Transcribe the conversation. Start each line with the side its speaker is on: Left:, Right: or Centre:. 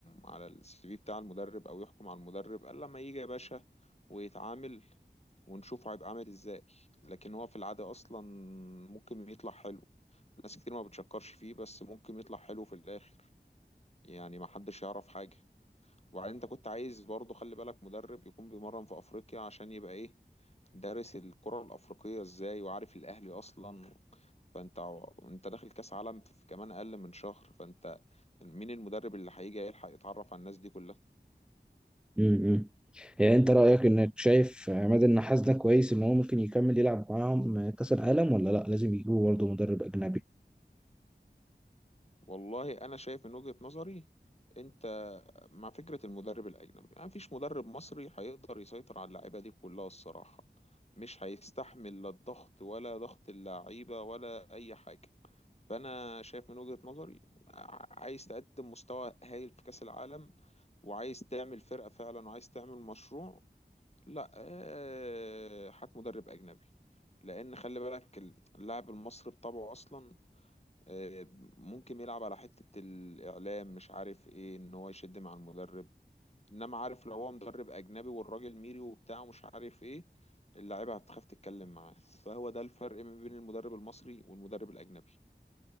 Left: على السي في بتاع المدرب او يحكم على المدرب الا لما يجي يا باشا ويتعامل ونشوفه هيبقى عامل ازاي لكن هو في العادة اصلا ممكن يطلع حلو ناس كتير ما بتشكرش فيه بس ممكن يطلع حلو في الاخر يعني ما حدش يعرف حاجة وبعدين انت كنت عايز برضه خلي بالك مدرب يكون بيمرن في افريقيا عشان يبقى ايه دارس الكرة الافريقية ازاي وعارف الاهلي اصلا فانت ع- انت داخل كاس عالم في كمان اقل من شهر فانت مين المدرب اللي هيجي يلحق يتعرف على الناس دي كلها
Centre: امم يعني انت رأيك انك شايف عماد النحاس ده كويس ان هو ممكن يكمل يلعب معاهم كأس العالم ولا لا لازم يجيبوا برضه مدرب اجنبي
Left: والله انا شايف من وجهة نظري انت مع فكرة المدرب الاجنبي يعني مفيش مدرب مصري هيقدر يسيطر على اللعيبة دي كلها الصراحة مش هيستحمل لا الضغط ولا ضغط اللعيبة ولا اي حاجة فانا شايف من وجهة نظري ع- عايز تقدم مستوى هايل في كاس العالم وعايز تعمل فرقة فعلا وعايز تعمل مشروع لا آه، هات مدرب أجنبي لأن خلي بالك اللاعب المصري بطبعه أصلا آه، ممكن يلعب على حتة الإعلام مش عارف إيه إن هو يشد مع المدرب إنما عارف لو هو مدرب أجنبي والراجل ميري وبتاع ومش عارف إيه اللعيبة هتخاف تتكلم معاه فهو ده الفرق ما بين المدرب المصري والمدرب الأجنبي